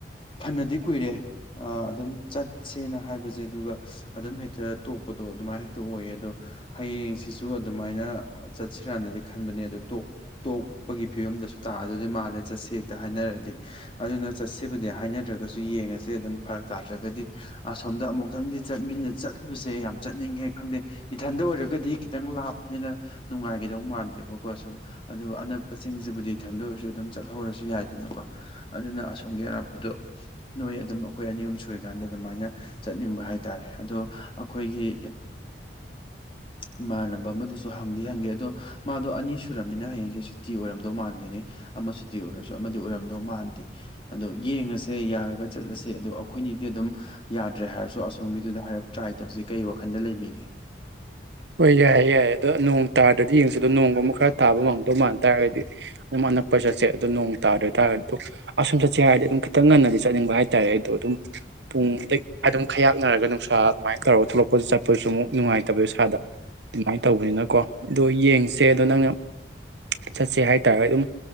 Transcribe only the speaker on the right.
ꯍꯣꯏ ꯌꯥꯏꯌꯦꯦ ꯌꯥꯏꯌꯦꯦ ꯑꯗꯣ ꯅꯣꯡ ꯇꯥꯗ꯭ꯔꯗꯤ ꯌꯦꯡꯁꯤꯗꯣ ꯅꯣꯡꯒꯨꯝꯕ ꯈꯔ ꯇꯥꯕ ꯃꯪꯗꯧ ꯃꯥꯟ ꯇꯥꯔꯒꯗꯤ ꯑꯗꯨꯝ ꯑꯅꯛꯄ ꯆꯠꯁꯦ ꯑꯗꯨꯣ ꯅꯣꯡ ꯇꯥꯗꯣꯏ ꯍꯥꯏꯇꯥꯥꯔꯒꯗꯤ ꯑꯗꯨ ꯑꯁꯨꯝ ꯆꯠꯁꯦ ꯍꯥꯏꯔꯗꯤ ꯑꯗꯨꯝ ꯈꯤꯇꯪ ꯉꯟꯅꯗꯤ ꯆꯠꯅꯤꯡꯕ ꯍꯥꯏꯇꯥꯔꯦ ꯑꯩꯗꯣ ꯑꯗꯨꯝ ꯄꯨꯡ ꯑꯗꯩ ꯑꯗꯨꯝ ꯈꯌꯥꯛꯅꯔꯒ ꯅꯨꯡꯁꯥ ꯑꯗꯨꯃꯥꯏꯅ ꯇꯧꯔꯒ ꯊꯣꯛꯂꯛꯄꯗ ꯆꯠꯄꯁꯨ ꯑꯃꯨꯛ ꯅꯨꯡꯉꯥꯏ ꯇꯕꯣ ꯏꯁꯥꯗ ꯑꯗꯨꯃꯥꯏꯅ ꯇꯧꯕꯅꯤꯅꯀꯣ ꯑꯗꯣ ꯌꯦꯡꯁꯦ ꯑꯗꯣ ꯅꯪꯅ ꯆꯠꯁꯦ ꯍꯥꯏꯇꯥꯔꯦ ꯑꯗꯨꯝ